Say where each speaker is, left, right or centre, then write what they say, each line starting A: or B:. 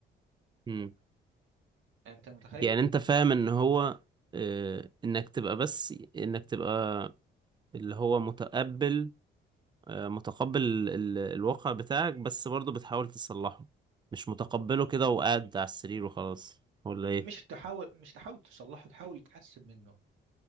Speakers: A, on the right; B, on the right.
A: مم.
B: انت متخيل؟
A: يعني انت فاهم ان هو آه، انك تبقى بس انك تبقى اللي هو متقبل آه، متقبل ال- الواقع بتاعك بس برضه بتحاول تصلحه مش متقبله كده وقاعد على السرير وخلاص ولا ايه
B: مش تحاول مش تحاول تصلحه تحاول تحسن منه